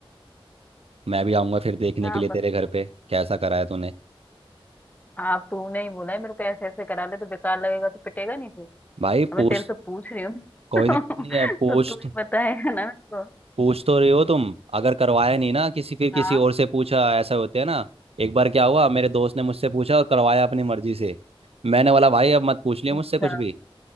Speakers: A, on the right; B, on the left.
A: मैं भी आऊंगा फिर देखने
B: हाँ
A: के लिए
B: बत
A: तेरे घर पे कैसा कराया तूने
B: आप तूने ही बोला है मेरे को ऐसे ऐसे करा ले तो बेकार लगेगा तो पिटेगा नहीं फिर
A: भाई पूछ
B: अब मैं तेरे से पूछ रही हूँ <laughs>
A: कोई
B: तो
A: दिक्कत
B: तो
A: नहीं है पूछ
B: तू
A: तो-
B: ही बताएगा ना मेरे को
A: पूछ तो रहे हो तुम अगर करवाया नहीं ना किसी फिर किसी
B: हाँ
A: और से पूछा ऐसा होते है ना एक बार क्या हुआ मेरे दोस्त ने मुझसे पूछा और करवाया अपनी मर्जी से मैंने बोला भाई अब मत पूछ लियो
B: अच्छा
A: मुझसे कुछ भी